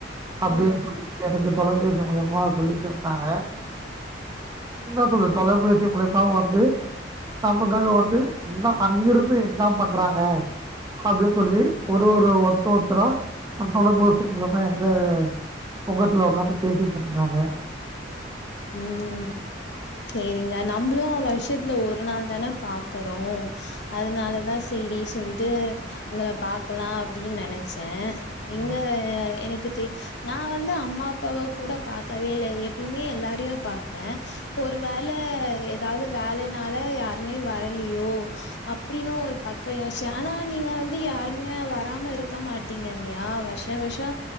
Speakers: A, on the left; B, on the right.
A: ம்
B: அப்டின் சொல்லிட்டு எனக்கு தொலைபேசி மூல்யமா சொல்லிட்ருந்தாங்க என்னா சொல்லு தொலைபேசி மூல்யமா வந்து நமக்காக வந்து என்னா அங்கிருந்து என்னா பண்றாங்க அப்டின் சொல்லி ஒரு ஒரு ஒர்த்து ஒத்தரா அ தொலைபே சி மூல்யமா எந்த பொங்கத்துல ஒக்காந்து பேசியிட்ருந்தந்தாங்க
A: ம் சேரிங்க நம்ப்ளு வர்ஷ் ஷத்ல ஒரு நாள் தான பாக்கறோ அதுனாலதா சேரி சொல்ட்டு உங்கள பாக்கலா அப்டின் நெனச்ச இங்க
B: ம்.
A: எனக் கு தெ நா வந்து அம்மா அப்பாவ கூட பாக்கவே இல்ல எப்பைமே எல்லா ரியு பா ப்ப ஒரு வேல எ தாவ்து வேலைனால யாருமே வரலியோ அப்டின்னு ஒரு பக்கொ யோஷ்ச்ச ஆனா நீங்க வந்து யாருமே வராம இருக்க மாட்டீங்க இல்லையா வர்ஷா வர்ஷொ